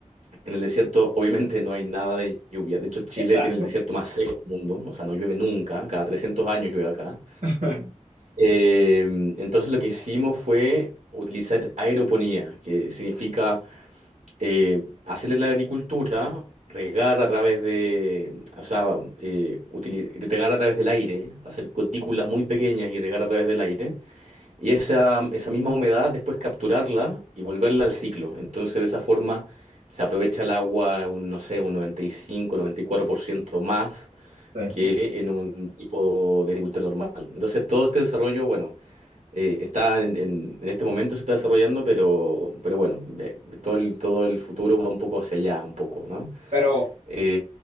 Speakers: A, on the right (about 70°); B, on the right (about 85°).
A: en el desierto obviamente no hay nada de lluvia. De hecho, Chile
B: exacto.
A: tiene el desierto más seco del mundo, o sea, no llueve nunca, cada 300 años llueve acá.
B: <laughs>
A: Eh, entonces lo que hicimos fue utilizar aeroponía, que significa eh, hacerle la agricultura, regar a través de, o sea, eh, utili- regar a través del aire, hacer cutículas muy pequeñas y regar a través del aire. Y esa, esa misma humedad después capturarla y volverla al ciclo. Entonces de esa forma se aprovecha el agua, un, no sé, un noventa noventa y y cinco noventa y cuatro por ciento más
B: Sí.
A: que en un tipo de agricultura normal. Entonces todo este desarrollo, bueno, eh, está en, en- en este momento se está desarrollando, pero, pero bueno, eh, todo el, todo el futuro va un poco hacia allá, un poco, ¿no?
B: Pero
A: Eh,